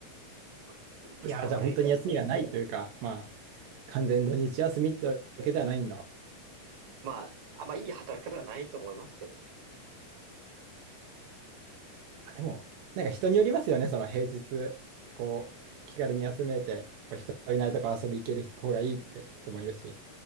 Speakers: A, on the right; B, on the right.
A: まあいいか悪いかで
B: いや、じゃあ本当に休みがないというか、まあ、完全土日休みってわけではないんだ。
A: まあ、あんまいい働き方ではないと思いますけど、
B: あ、でも、なんか人によりますよね、その平日、こう、気軽に休めて、こう人いないとこ遊び行ける方がいいって人もいるし。